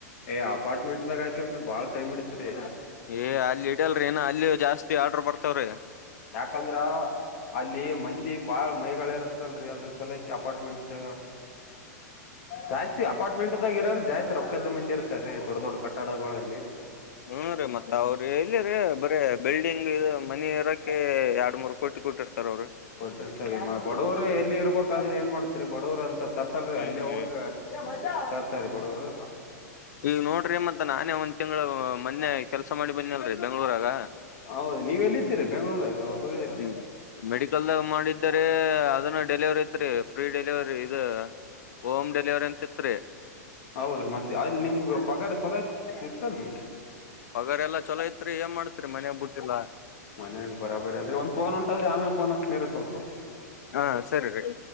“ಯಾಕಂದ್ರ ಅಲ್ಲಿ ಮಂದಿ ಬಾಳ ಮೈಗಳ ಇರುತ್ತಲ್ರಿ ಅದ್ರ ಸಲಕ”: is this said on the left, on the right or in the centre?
Left